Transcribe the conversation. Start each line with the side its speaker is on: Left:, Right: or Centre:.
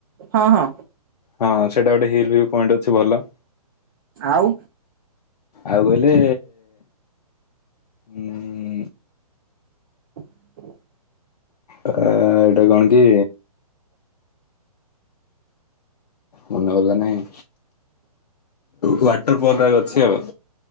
Right: ହଁ ହଁ।
Left: ହଁ ସେଇଟା ଗୋଟେ ହିଲ୍ଭୁ ପଏଣ୍ଟ ଅଛି ଭଲ।
Right: ଆଉ?
Left: ଆଉ ଗଲେ ଉ
Right: <inaudible>
Left: ଅ ଏଟା କଣକି ମନେ ଗଲା ନାଇଁ ୱାଟର ଫୁଲ୍ ଅଛି ଆଉ।